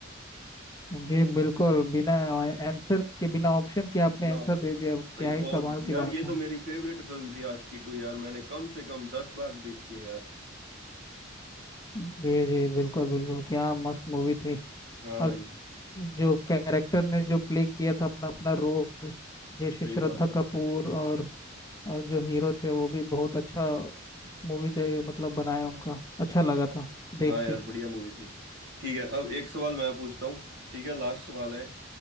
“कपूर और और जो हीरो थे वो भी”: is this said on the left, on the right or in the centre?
Left